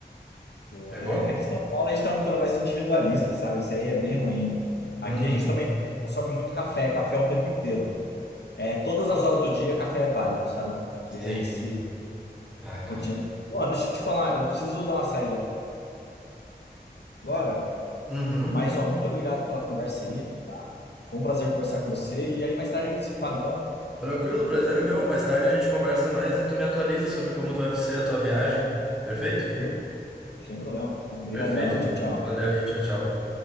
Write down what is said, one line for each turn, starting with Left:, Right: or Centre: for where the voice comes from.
Left: Pô,
Centre: Pegou?
Left: é, aqui em São Paulo a gente tem uma cultura mais individualista, sabe? Isso aí é bem ruim. Aqui
Centre: Uhum.
Left: a gente também é, consome muito café, café o tempo inteiro. É, todas as horas do dia café é válido, sabe? Aqui é
Centre: Sim.
Left: esse
Centre: Ah, café.
Left: rotina. Ó, deixa eu te falar, eu preciso dar uma saída agora,
Centre: Uhum.
Left: mas ó, muito obrigado pela conversa aí, tá? Foi um prazer conversar com você e aí mais tarde a gente se fala, então.
Centre: Tranquilo, prazer é meu. Mais tarde a gente conversa mais e tu me atualiza sobre como tu vai ser a tua viagem. Perfeito?
Left: Perfeito. Sem problema. Obrigadão.
Centre: Perfeito, mano.
Left: Tchau, tchau.
Centre: Valeu aí, tchau, tchau.